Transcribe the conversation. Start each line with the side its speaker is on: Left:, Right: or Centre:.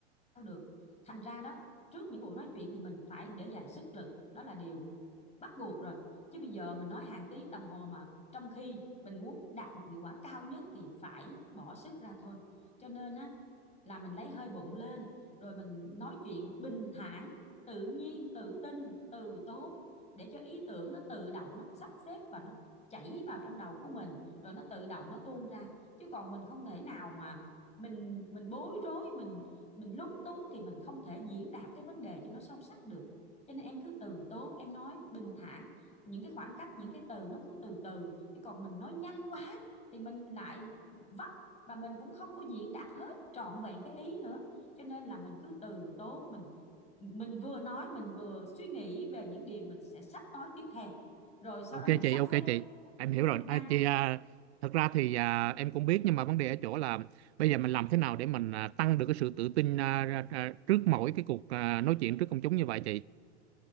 Left: được. Thành ra đó, trước những buổi nói chuyện thì mình phải để dành sức lực, đó là điều bắt buộc rồi. Chứ bây giờ mình nói hàng tiếng đồng hồ mà trong khi mình muốn đạt một hiệu quả cao nhất thì phải bỏ sức ra thôi. Cho nên á là mình lấy hơi bụng lên rồi mình nói chuyện bình thản, tự nhiên, tự tin, từ tốn để cho ý tưởng nó tự động nó sắp xếp và nó chảy vào trong đầu của mình rồi nó tự động nó tuôn ra chứ còn mình không thể nào mà mình mình bối rối mình mình lúng túng thì mình không thể diễn đạt cái vấn đề cho nó sâu sắc được cho nên em cứ từ tốn em nói bình thản những cái khoảng cách những cái từ nó cứ từ từ chứ còn mình nói nhanh quá thì mình lại vấp và mình cũng không có diễn đạt hết trọn vẹn cái ý nữa cho nên là mình cứ từ tốn mình mình vừa nói mình vừa suy nghĩ về những điều mình sẽ sắp nói tiếp theo rồi sau
Right: Ok
Left: đó mình
Right: chị,
Left: sắp
Right: ok
Left: xếp
Right: chị. Em hiểu
Left: cực
Right: rồi.
Left: nhanh
Right: À, chị à, thật ra thì à, em cũng biết nhưng mà vấn đề ở chỗ là bây giờ mình làm thế nào để mình à, tăng được cái sự tự tin à, ra- ra- trước mỗi cái cuộc à, nói chuyện trước công chúng như vậy chị.